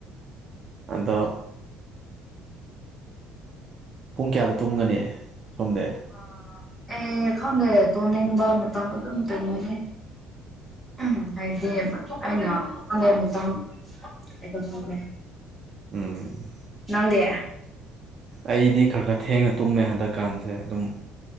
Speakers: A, on the right; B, in the centre.
A: ꯑꯗꯣ ꯄꯨꯡ ꯀꯌꯥꯗ ꯇꯨꯝꯒꯅꯤ ꯁꯣꯝꯗꯤ
B: ꯑ ꯑꯦ ꯈꯪꯗꯦ ꯇꯣ ꯅꯤꯡꯕ ꯃꯇꯝ ꯑꯗꯨꯝ ꯆꯪꯒꯅꯤ ꯎꯝ ꯍꯥꯏꯗꯤ ꯑꯩꯅ ꯍꯗꯩ ꯑꯃꯇꯪ ꯍꯥꯏꯗ ꯈꯔꯦ
A: ꯎꯝ
B: ꯅꯪꯗꯤ
A: ꯑꯩꯗꯤ ꯈꯔ ꯈꯔ ꯊꯦꯡꯅ ꯇꯨꯝꯃꯦ ꯍꯟꯗꯛꯀꯥꯟꯁꯦ ꯑꯗꯨꯝ